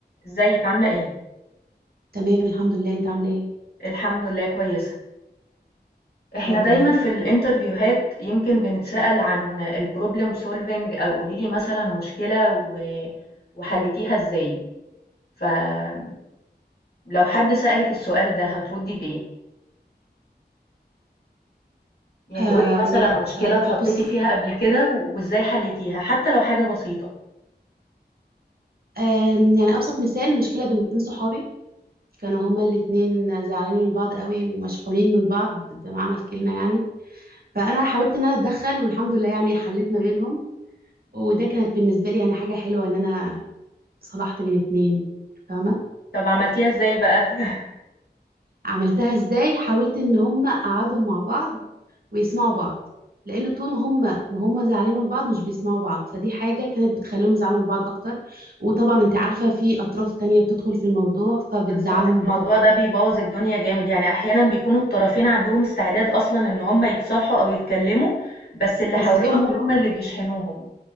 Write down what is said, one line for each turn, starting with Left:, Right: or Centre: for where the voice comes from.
Left: ازيك عاملة ايه؟
Right: تمام الحمد لله انت عامله ايه
Left: الحمد لله كويسة احنا
Right: يا رب
Left: دايما
Right: دايما
Left: في الانترفيوهات يمكن بنتسأل عن البروبلم سولفينج او قوليلي مثلا مشكلة و... وحلتيها ازاي فلو حد سألك السؤال ده هتردي بإيه؟ يعني
Right: أم-
Left: قولي مثلا مشكلة
Right: أب-
Left: اتحطيتي
Right: بصي
Left: فيها قبل كده وازاي حلتيها حتى لو حاجة بسيطة
Right: أم، يعني ابسط مثال مشكله بين اتنين صحابي كانوا هما الاتنين زعلانين من بعض قوي ومشحونين من بعض بمعنى الكلمه يعني فانا حاولت ان انا اتدخل والحمد لله يعني حليت ما بينهم وده كانت بالنسبه لي يعني حاجه حلوه ان انا صلحت بين اتنين فاهمه
Left: طب عملتيها ازاي بقى؟ <laughs>
Right: فعملتها ازاي حاولت ان هما قعدوا مع بعض ويسمعوا بعض لان طول هم ما هم زعلانين من بعض مش بيسمعوا بعض فدي حاجه كانت بتخليهم يزعلوا من بعض اكتر وطبعا انت عارفه في اطراف تانية بتدخل في الموضوع فبتزعلهم
Left: بالضبط،
Right: من بعض
Left: الموضوع
Right: اكتر
Left: ده بيبوّظ الدنيا جامد، يعني أحيانًا بيكونوا الطرفين عندهم استعداد أصلًا إن هم يتصالحوا أو يتكلّموا، بس اللي
Right: بس
Left: حواليهم
Right: في اطراف
Left: هم اللي بيشحنوهم،